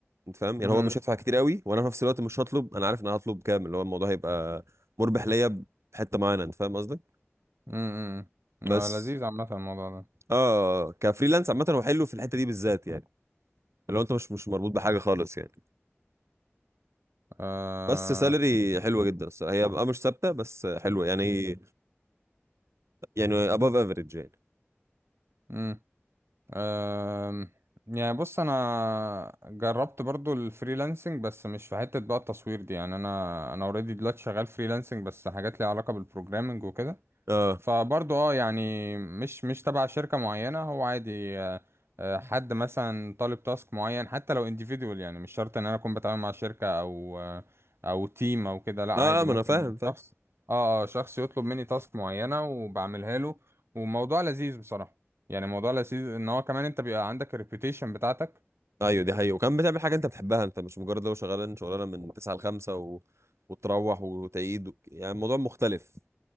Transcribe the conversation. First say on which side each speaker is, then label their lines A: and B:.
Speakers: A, on the right; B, on the right.
A: انت فاهم يعني
B: امم
A: هو مش هيدفع كتير قوي وانا في نفس الوقت مش هطلب انا عارف ان انا هطلب كام اللي هو الموضوع هيبقى مربح ليا بحته معينه انت فاهم قصدي
B: امم
A: بس
B: آه، لذيذ عامة الموضوع ده
A: اه كفريلانس عامه هو حلو في الحته دي بالذات يعني لو انت مش مش مربوط بحاجه خالص يعني
B: آه،
A: بس سالري حلوه جدا الصراحه هي بقى مش ثابته بس حلوه يعني يعني above average يعني
B: مم. أم، يعني بص انا جربت برضو الفريلانسنج بس مش في حتة بقى التصوير دي يعني انا انا اوريدي دلوقتي شغال فريلانسنج بس حاجات ليها علاقة بالبروجرامنج وكده
A: اه
B: فبرضه اه يعني مش مش تبع شركة معينة هو عادي آه، آه، حد مثلا طالب تاسك معين حتى لو individual يعني مش شرط ان انا اكون بتعامل مع شركة او آه، او تيم او كده لا عادي
A: اه ما
B: ممكن
A: انا فاهم فاهم
B: شخص اه اه شخص يطلب مني تاسك معينة وبعملها له وموضوع لذيذ بصراحة يعني موضوع لذيذ ان هو كمان انت بيبقى عندك الريبيوتيشن بتاعتك
A: ايوه دي حقيقة وكمان بتعمل حاجه انت بتحبها انت مش مجرد لو شغال شغلانه من 9 ل 5 و... وتروح وتعيد و... يعني الموضوع مختلف